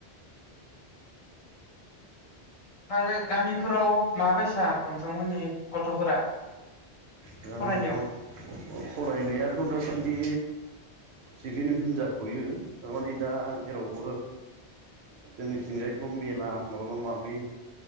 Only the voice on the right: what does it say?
गामिफ्राव
फरायनायाथ' दासान्दि थिगैनो होनजाथ'यो थारमाने दा जेरावबो जोंनिथिंजायथ' मेला माबा माबि